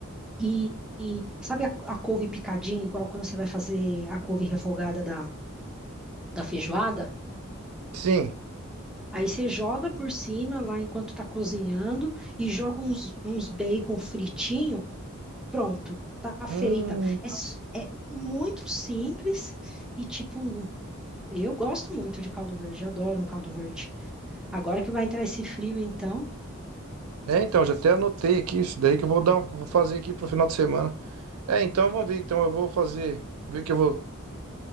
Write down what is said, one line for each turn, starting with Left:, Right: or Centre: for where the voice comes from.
Centre: e, e sabe a, a couve picadinha, igual quando você vai fazer a couve refogada da, da feijoada?
Right: Sim.
Centre: Aí você joga por cima lá enquanto tá cozinhando e joga uns, uns bacon fritinho, pronto, tá feita.
Right: Hum.
Centre: É, s- é muito simples e tipo, eu gosto muito de caldo verde, adoro um caldo verde. Agora que vai entrar esse frio, então,
Right: É, então, já até anotei aqui isso daí que eu vou dar, vou fazer aqui pro final de semana. É, então vamos ver. Então eu vou fazer, ver que eu vou